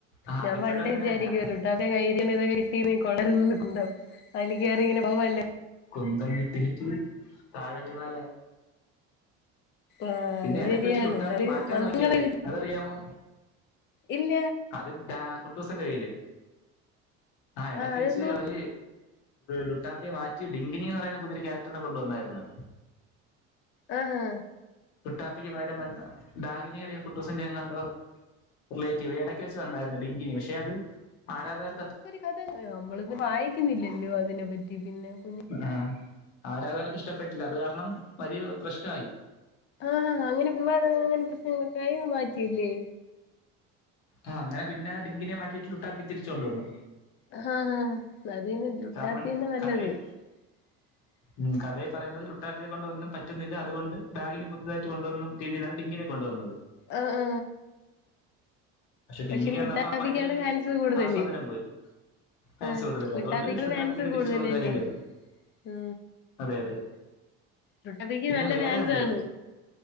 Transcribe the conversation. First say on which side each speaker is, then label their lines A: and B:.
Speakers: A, on the left; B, on the left.
A: ആ
B: ഞാൻ
A: അതിപ്പോഴും
B: പണ്ട
A: അങ്ങനെ
B: വിചാരിക്കു
A: തന്നെ
B: ലിട്ടാപ്പിനെ കൈയങ്ങ ഇതൊക്കെ അല കയറി കുന്തംഅതി കയറി ഇങ്ങനെ പോവല്ല
A: കുന്തം കിട്ടീട്ട് താഴെ വീണാലോ
B: ആഹ്
A: പിന്നെ
B: അത്
A: ഇടക്ക്
B: ശരിയാണ്
A: വെച്ചട്ട ലുട്ടാപ്പി
B: അത്
A: മാറ്റാൻ
B: മന്ത്രങ്ങള്
A: നോക്കിയ അവര് അതറിയാമോ
B: ഇല്ല
A: അത് ഡ കുട്ടസന്റെ കയ്യില് ആ ഇടക്ക്
B: ആഹ് അതെന്തോ
A: വെച്ച് അവര് ലുട്ടാത്തയെ മാറ്റി ഡിങ്കിനി എന്ന് പറയുന്ന പുതിയൊരു ക്യാരക്ടറിന്നെ കൊണ്ടുവന്നായിരുന്നു
B: ആ ആ
A: കുട്ടാപ്പിക്ക് പകരം വന്ന ഡാഗിനിയടയോ കുട്ടൂസിന്റെ എങ്ങാണ്ടോ റിലേറ്റീവ് ഇടയ്ക്ക് വെച്ച് വന്നായിരുന്നു ഡിങ്കിനി പക്ഷെ അത് ആരാധകർ
B: ഒരു കഥ നമ്മളിപ്പത് വായിക്കുന്നില്ലല്ലോ അതിനെ പറ്റി പിന്നെ കുഞ്ഞ
A: ആഹ് ആരാധകർക്ക് ഇഷ്ടപ്പെട്ടില്ല അത് കാരണം വലിയ പ്രശ്നമായി
B: ആ അങ്ങനെ വിവാദങ്ങ അങ്ങനെ പ്രശ്നങ്ങളൊക്കെ ആയി മാറ്റില്ലേ
A: ആ അങ്ങനെ പിന്നെ ഡിങ്കിനെ മാറ്റിയിട്ട ലുട്ടാപ്പിതിരിച്ചൊണ്ടന്നു
B: ആഹ് ആനദീന്നെ ലുട്ടാത്തിന്നെ
A: കാരണം
B: നല്ലത്
A: കഥയിൽ
B: <unintelligible>
A: ഉം കഥെയെ പറയുന്നത് ലുട്ടാപ്പിയെ കൊണ്ടുഒന്നും പറ്റുന്നില്ലഅതുകൊണ്ട് ഡാഗിനി പുതുയതായിട്ട് കൊണ്ടുവന്ന രീതിയിലാണ് ഡിങ്കിനെ കൊണ്ടുവന്നത്
B: ആഹ ആ
A: ഡിങ്കിനി
B: പക്ഷെ ലുട്ടാബിക്കാണ്
A: വന്നപ്പോ ആ പഴയ ഒരു
B: ചാൻസ് കൂടുതല്
A: ആസ്വാദനം പോയി ഫാൻസ്
B: ആ
A: കൂടുതൽ അതുകൊണ്ട്
B: ലു
A: ലുട്ടാപ്പി
B: ഫാൻസ്
A: പിന്നെ
B: കൂടുതലല്ലേ
A: തിരിച്ചു കൊണ്ടുവരേണ്ടി വന്നു
B: ഉ
A: അതെ അതെ
B: ലുട്ടാപ്പിക്ക്
A: പിന്നെ
B: നല്ല
A: വേറെ
B: ഫാൻസാണ്
A: ഉണ്ട്